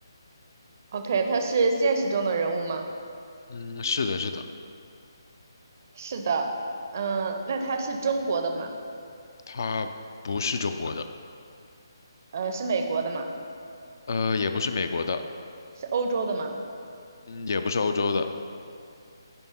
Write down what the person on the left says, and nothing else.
嗯，是的，是的，
他不是中国的，
呃，也不是美国的，
嗯，也不是欧洲的。